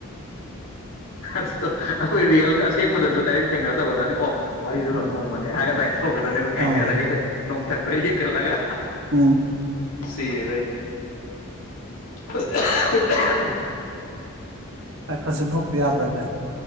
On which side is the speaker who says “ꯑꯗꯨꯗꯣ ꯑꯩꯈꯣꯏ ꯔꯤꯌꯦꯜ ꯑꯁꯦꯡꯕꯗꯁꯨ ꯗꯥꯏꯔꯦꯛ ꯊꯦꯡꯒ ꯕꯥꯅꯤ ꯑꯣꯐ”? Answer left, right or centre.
Left